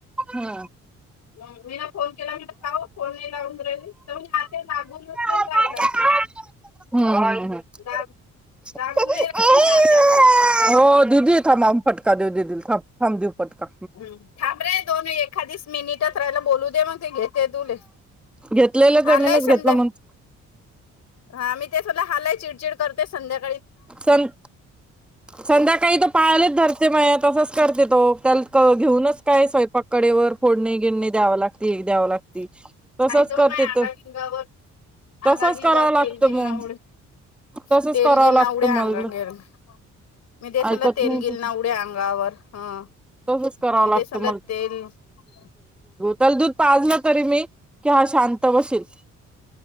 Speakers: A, in the centre; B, on the left (about 60°).
A: हा
B: म मिन. फोन केला म्हणत काओ फोन नाही लावून राहीले तर म्हणजे आ ते लागूनच.
A: हम् <unintelligible>
B: नाही राहिला लाग- लागून नाही राहिला म्हणे आत्या फोन
A: द्यु दे का माम फटका द्यू दे तिल थांब. थांब देऊ फटका
B: हम्म थांबरे दोन एक. आदी स मी नीटच रायला बोलू दे म्हणते घेते तुले
A: घेतलेला
B: हालय
A: जमीनच
B: संध्या
A: घेतला म्हणून
B: हा मी ते स लय हालय चिडचिड. करते संध्या.
A: सं संध्याकाळी त पायाले धरते माया तसंच. करते तो, त्याल क घेऊनच काय स्वयंपाक कडेवर फोडणी, गिडनि द्यावं लागते. द्याव लागती.
B: <unintelligible>
A: तसच करते तो तसच करावं लागतं मग तसच करावं लागतं मला
B: <unintelligible>
A: ऐकत नाही तसच करावं लागतं दल दूध पाजलं तरी मी. कि हा शांत बशील.